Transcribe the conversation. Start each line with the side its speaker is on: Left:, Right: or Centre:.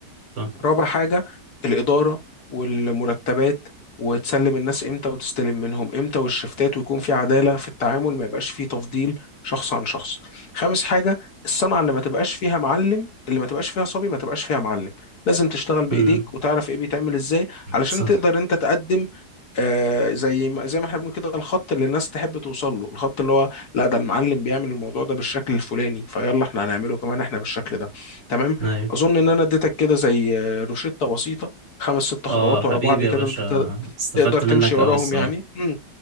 Right: صح
Left: رابع حاجة الإدارة والمرتبات وتسلم الناس امتى وتستلم منهم امتى والشفتات ويكون في عدالة في التعامل ما يبقاش فيه تفضيل شخص عن شخص خامس حاجة الصنعة اللي ما تبقاش فيها معلم اللي ما تبقاش فيها صبي ما تبقاش فيها معلم لازم تشتغل بإيديك
Right: امم
Left: وتعرف ايه بيتعمل ازاي علشان
Right: صح
Left: تقدر انت تقدم آه زي ما زي ما احنا بنقول كده الخط اللي الناس تحب توصل له الخط اللي هو لا ده المعلم بيعمل الموضوع ده بالشكل الفلاني فيلا احنا هنعمله كمان احنا بالشكل ده تمام
Right: ايوه
Left: اظن ان انا اديتك كده زي روشتة بسيطة خمس ست
Right: اه
Left: خطوات
Right: حبيبي
Left: ورا بعض
Right: يا
Left: كده
Right: باشا
Left: انت ت-
Right: استفدت
Left: تقدر تمشي
Right: منك
Left: وراهم
Right: قوي الصراحة
Left: يعني مم.